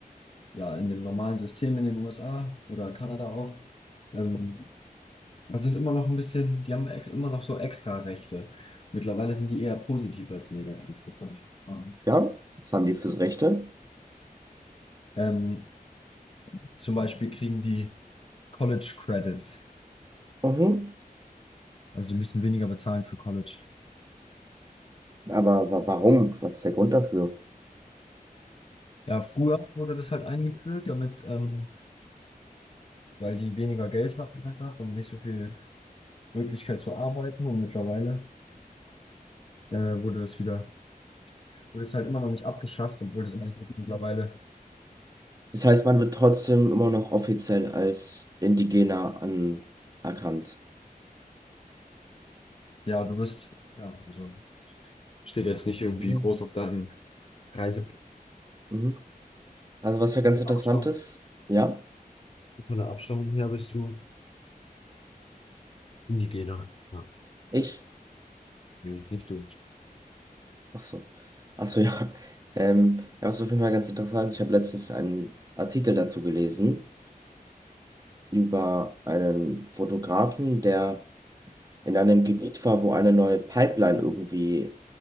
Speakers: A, on the left; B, on the right.
A: ja, in dem normalen System in den USA oder Kanada auch. Ähm, aber sind immer noch ein bisschen, die haben ex immer noch so extra Rechte. Mittlerweile sind die eher positiv als negativ. Das fand ich spannend.
B: Ja, was haben die fürs Rechte?
A: Ähm, zum Beispiel kriegen die College Credits.
B: Mhm.
A: Also die müssen weniger bezahlen für College.
B: Aber wa warum? Was ist der Grund dafür?
A: Ja, früher wurde das halt eingeführt, damit, ähm, weil die weniger Geld hatten einfach und nicht so viel Möglichkeit zu arbeiten und mittlerweile äh, wurde das wieder, wurde es halt immer noch nicht abgeschafft, obwohl das eigentlich jetzt mittlerweile,
B: Das heißt, man wird trotzdem immer noch offiziell als Indigener anerkannt.
A: ja, du bist, ja, also steht jetzt nicht irgendwie
B: Mhm.
A: groß auf deinem Reiseplatz.
B: Mhm. Also was ja ganz
A: Von der
B: interessant
A: Abstammung,
B: ist, ja,
A: von der Abstammung her bist du Indigener. Ja.
B: ich,
A: Nee, nicht du.
B: ach so, ach so, ja, <laughs> ähm, ja, was auf jeden Fall ganz interessant ist, ich habe letztens einen Artikel dazu gelesen über einen Fotografen, der in einem Gebiet war, wo eine neue Pipeline irgendwie